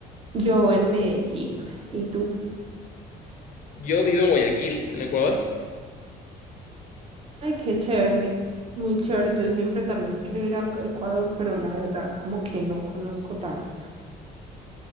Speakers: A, on the right; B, on the left.
A: Yo en Medellín, ¿y tú?
B: Yo vivo en Guayaquil, en Ecuador.
A: Ay, qué chévere. Muy chévere. Yo siempre también he querido ir a Ecuador, pero la verdad como que no conozco tanto.